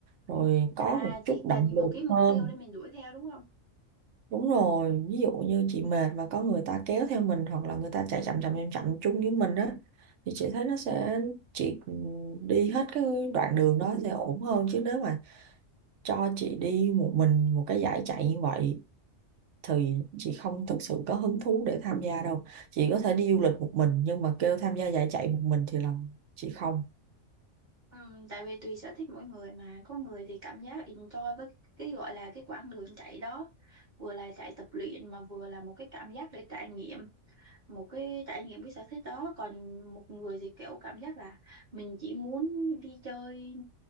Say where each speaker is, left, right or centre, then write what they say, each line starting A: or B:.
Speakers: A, on the right; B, on the right.
A: rồi có
B: à
A: một
B: chị
A: chút
B: cần
A: động lực
B: một cái mục
A: hơn
B: tiêu để mình đuổi theo đúng không
A: Đúng rồi, ví dụ như chị mệt mà có người ta kéo theo mình hoặc là người ta chạy chậm chậm chậm chậm chung với mình á thì chị thấy nó sẽ chị ừ, đi hết cái đoạn đường đó sẽ <laughs> ổn hơn chứ nếu mà cho chị đi một mình một cái dải chạy như vậy thì chị không thực sự có hứng thú để tham gia đâu. Chị có thể đi du lịch một mình nhưng mà kêu tham gia dải chạy một mình thì là chị không.
B: Ừm, tại vì tùy sở thích mỗi người mà có người thì cảm giác enjoy với cái gọi là cái quãng đường chạy đó vừa là chạy tập luyện mà vừa là một cái cảm giác để trải nghiệm một cái trải nghiệm cái sở thích đó còn một người thì kiểu cảm giác là mình chỉ muốn đi chơi